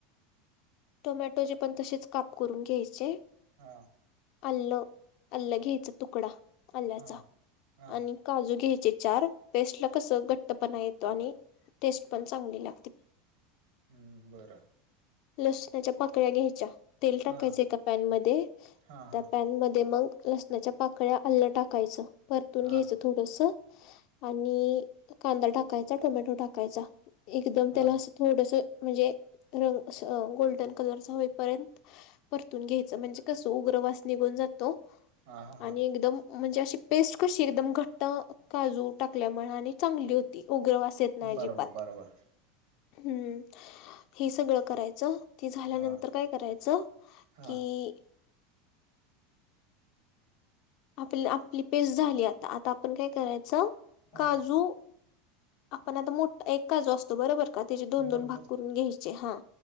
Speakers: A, on the left; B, on the right.
A: टोमॅटोचे पण तसेच काप करून घ्यायचे
B: हा
A: अल्लं अल्लं घ्यायच तुकडा आल्ल्याचा
B: हा हा
A: आणि काजू घ्यायचे चार पेस्ट ला कसं घट्टपणा येतो आणि टेस्ट पण चांगली लागते
B: हम्म बरं
A: लसुणाच्या पाकळ्या घ्यायच्या तेल टाकायच
B: हा
A: एका पॅन मध्ये
B: हा हा
A: त्या पॅन मध्ये मग ल च्या पाकळ्या अल्लं टाकायचं परतून
B: हा
A: घ्यायचं थोडस आणि कांदा टाकायचा टोमॅटो टाकायचा एकदम
B: हा
A: त्याला अस थोडस म्हणजे रंग गोल्डन कलर होईपर्यंत परतून घ्यायच म्हणजे कसं उग्रवास निघून जातो
B: हा हा
A: आणि
B: हा
A: एकदम म्हणजे अशी पेस्ट कशी एकदम घट्ट काजू टाकल्यामुळे आणि चांगली होती उग्रवास येत नाय अजिबात
B: बरोबर बरोबर
A: हम् हे सगळं करायचं ते झाल्यानंतर
B: हा
A: काय करायचं
B: हा
A: कि आपली आपली पेस्ट झाली आता आता आपण काय करायचं
B: हा
A: काजू आपण आता मोठा एककाजू असतो बरोबर का त्याचे दोन दोन
B: बरोबर
A: भाग करून घ्यायचे हा